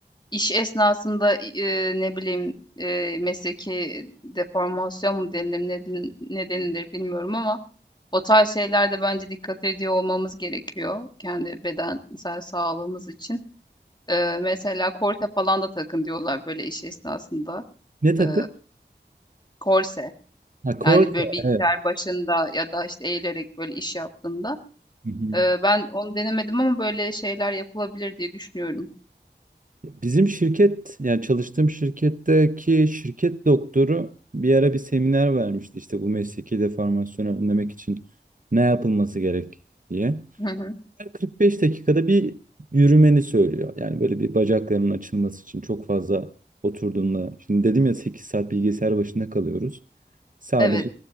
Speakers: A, on the left (about 25°); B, on the right (about 50°).
A: iş esnasında, eee, ne bileyim, eee, mesleki deformasyon mu denilir, ne den ne denilir bilmiyorum ama o tarz şeylerde bence dikkat ediyor olmamız gerekiyor kendi bedensel sağlığımız için. Eee, mesela korse falan da takın diyorlar böyle iş esnasında.
B: Ne takı?
A: Eee, korse
B: Ha Corsa
A: yani böyle bilgisayar
B: evet.
A: başında ya da işte eğilerek böyle iş yaptığında.
B: Hı hı.
A: Eee, ben onu denemedim ama böyle şeyler yapılabilir diye düşünüyorum.
B: Bizim şirket yani çalıştığım şirketteki şirket doktoru bir ara bir seminer vermişti işte bu mesleki deformasyonu önlemek için ne yapılması gerek diye.
A: Hı hı.
B: Her 45 dakikada bir yürümeni söylüyor. Yani böyle bir bacaklarının açılması için çok fazla oturduğunda. Şimdi dedim ya 8 saat bilgisayar başında kalıyoruz. Sadece
A: Evet,